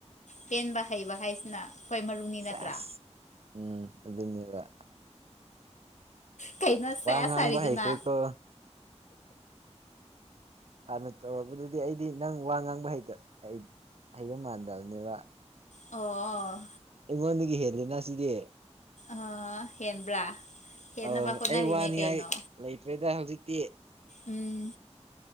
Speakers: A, on the left (about 85°); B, on the right (about 60°).
A: ꯄꯦꯟꯕ ꯍꯩꯕ ꯍꯥꯏꯁꯤꯅ ꯑꯩꯈꯣꯏ ꯃꯔꯨꯅꯤ ꯅꯠꯇ꯭ꯔꯥ
B: ꯁꯦꯁ ꯎꯝ ꯑꯗꯨꯅꯤꯕ
A: ꯀꯩꯅꯣ ꯆ
B: ꯉꯥꯡꯕ
A: ꯁꯥꯔꯤꯗꯨꯅ
B: ꯍꯩꯈ꯭ꯔꯦꯀꯣ ꯍꯥꯟꯅ ꯇꯧꯔꯛꯄꯗꯗꯤ ꯑꯩꯗꯤ ꯅꯪ ꯋꯥ ꯉꯥꯡ ꯍꯩꯗ ꯑꯩ ꯍꯩꯕ ꯃꯥꯟꯗꯕꯅꯦꯕ
A: ꯑꯣ
B: ꯏꯅꯤꯡꯗꯒꯤ ꯍꯦꯂꯅ ꯁꯤꯗꯤꯦ
A: ꯑ ꯍꯦꯟꯕ꯭ꯔꯥ ꯍꯦꯟꯅꯕ
B: ꯑꯧ
A: ꯍꯣꯠꯅꯔꯤꯅꯦ
B: ꯑꯩ ꯋꯥꯅꯤꯡꯉꯥꯏ
A: ꯀꯩꯅꯣ
B: ꯂꯩꯇ꯭ꯔꯦꯗ ꯍꯧꯖꯤꯛꯇꯤ
A: ꯎꯝ